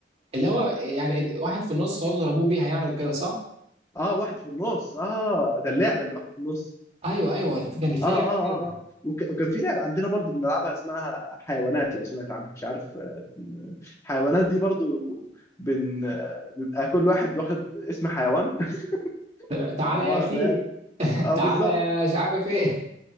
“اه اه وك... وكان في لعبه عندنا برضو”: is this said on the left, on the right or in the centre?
Left